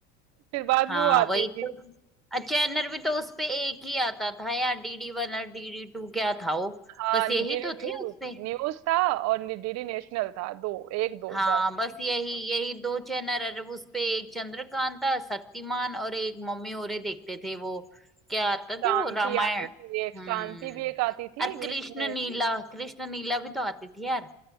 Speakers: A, on the right; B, in the centre.
A: फिर बाद
B: हाँ
A: में वो आती
B: वही
A: थी
B: तो चैनर भी तो उसपे एक ही आता था यार डीडी वन और डीडी टू क्या था वो
A: हाँ
B: बस यही
A: डीडी
B: तो
A: न्यूज
B: थे उसपे
A: न्यूज था और डीडी नेशनल था दो एक दो
B: हाँ
A: बस
B: बस यही यही दो चैनल अरे वो उसपे एक चंद्रकांता शक्तिमान और एक मम्मी औरे देखते थे वो क्या आता
A: शांति
B: थे वो रामायण
A: आती थी एक शांति
B: हम्म
A: भी एक आती थी
B: और
A: बीच
B: कृष्ण
A: में
B: नीला कृष्ण नीला भी तो आती थी यार